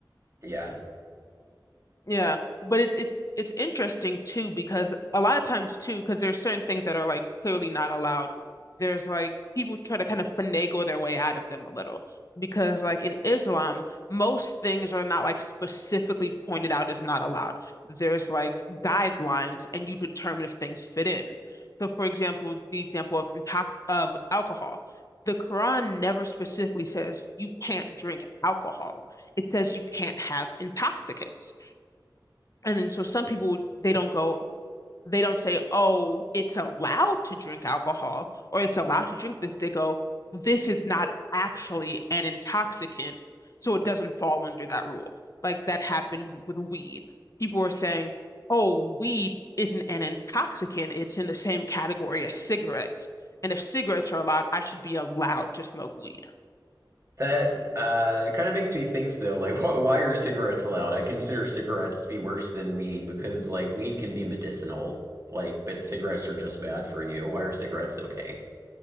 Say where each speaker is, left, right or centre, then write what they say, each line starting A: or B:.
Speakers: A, on the right; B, on the left.
A: Yeah.
B: Yeah, but it's it's it's interesting too because a lot of times too because there's certain things that are like clearly not allowed. There's like people try to kind of finagle their way out of them a little because like in Islam, most things are not like specifically pointed out as not allowed. There's like guidelines and you determine if things fit in. So for example, the example of intox of alcohol. The Quran never specifically says you can't drink alcohol. It says you can't have intoxicants. And then so some people they don't go they don't say, "Oh, it's allowed to drink alcohol or it's allowed to drink this." They go, "This is not actually an intoxicant, so it doesn't fall under that rule." Like that happened with weed. People were saying, "Oh, weed isn't an intoxicant. It's in the same category as cigarettes. And if cigarettes are allowed, I should be allowed to smoke weed."
A: That uh, kind of makes me think, though, like, <laughs> wh why are cigarettes allowed? I consider cigarettes to be worse than weed because, like, weed can be medicinal, like, but cigarettes are just bad for you. Why are cigarettes okay?